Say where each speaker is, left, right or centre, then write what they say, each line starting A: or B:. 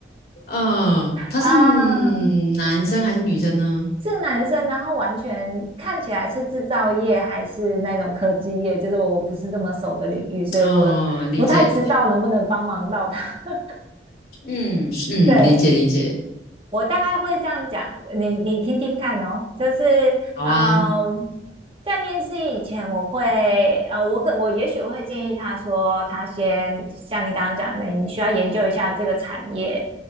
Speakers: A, on the left; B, on the right.
A: 嗯，他是
B: 啊，
A: 男生还是女生呢？
B: 是男生，然后完全看起来是制造业还是那种科技业，就是我不是这么熟的领域，所以我不太知道能不能帮忙到他。
A: 哦，理解，
B: <laughs>
A: 嗯嗯，
B: 对，
A: 理解理解，
B: 我大概会这样讲，你你听听看哦，就是嗯，
A: 好啊，
B: 在面试以前，我会呃，我可我也许会建议他说，他先像你刚刚讲的，你需要研究一下这个产业，